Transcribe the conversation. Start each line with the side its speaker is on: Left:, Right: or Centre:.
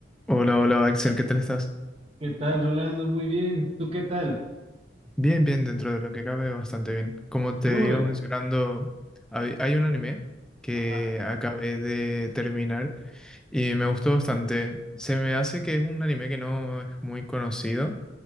Centre: Hola, hola Axel, ¿qué tal estás?
Right: ¿Qué tal, Rolando? Muy bien. ¿Tú qué tal?
Centre: Bien, bien, dentro de lo que cabe, bastante bien. Como te
Right: Uy,
Centre: iba mencionando, hay, hay un anime que
Right: ajá.
Centre: acabé de terminar y me gustó bastante. Se me hace que es un anime que no es muy conocido